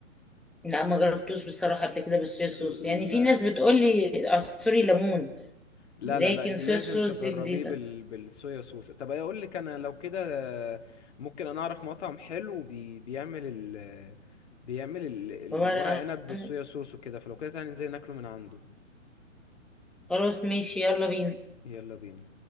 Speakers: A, in the centre; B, on the left (about 55°).
A: لا ما جربتوش بصراحه قبل كده بالصويا صوص
B: عنب
A: يعني في ناس بتقول لي اعصري ليمون
B: لا
A: لكن
B: لا لا لازم
A: صويا صوص
B: تجربيه
A: دي جديده
B: بال... بالصويا صوص طب اقول لك انا لو كده آه، ممكن انا اعرف مطعم حلو بي... بيعمل ال... بيعمل ال... الورق
A: ولا
B: عنب بالصويا
A: أنا-
B: صوص وكده فلو كده تعالى ننزل ناكله من عنده
A: خلاص ماشي يلا بينا
B: يلا بينا